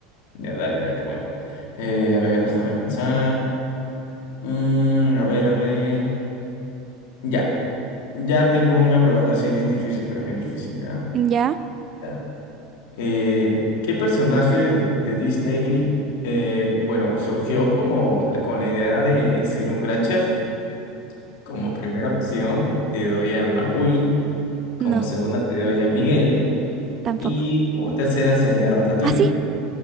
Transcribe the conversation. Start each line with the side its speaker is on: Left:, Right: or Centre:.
Left: Ya, dale, dale. Bueno. Eh, a ver, déjame pensar. Mm, a ver, a ver. Ya. Ya tengo una pregunta así bien difícil, pero bien difícil, ¿ya?
Right: ¿Ya?
Left: Ya. Eh, ¿qué personaje de, de Disney, eh, bueno, surgió como la- con la idea de ser un gran chef? Como primera opción, te doy a Maui. Como
Right: No,
Left: segunda, te doy a Miguel.
Right: tampoco.
Left: Y como tercera sería Ratatouille.
Right: ¿Ah, sí?